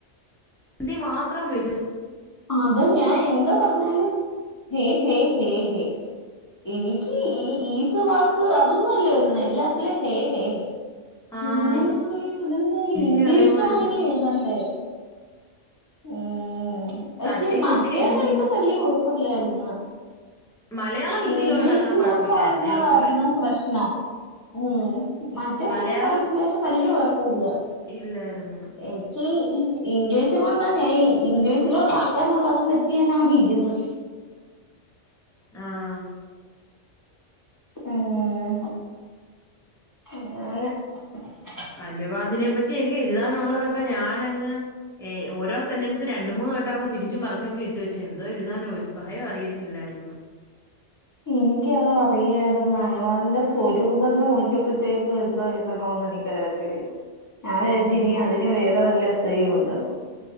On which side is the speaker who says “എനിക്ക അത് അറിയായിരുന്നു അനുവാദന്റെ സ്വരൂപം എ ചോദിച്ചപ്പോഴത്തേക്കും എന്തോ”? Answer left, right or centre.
Left